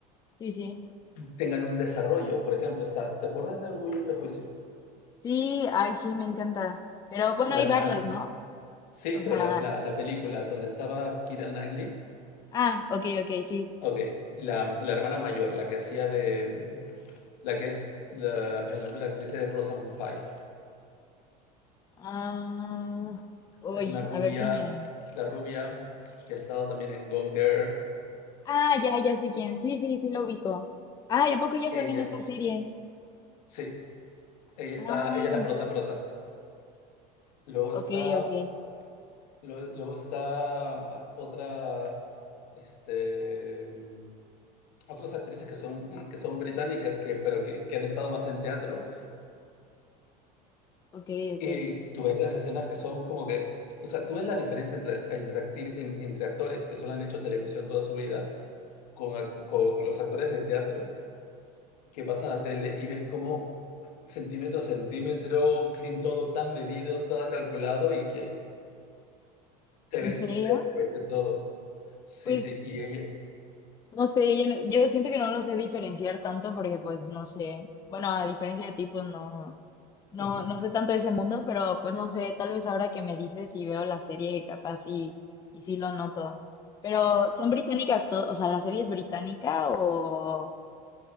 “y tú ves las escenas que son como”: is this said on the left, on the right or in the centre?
Left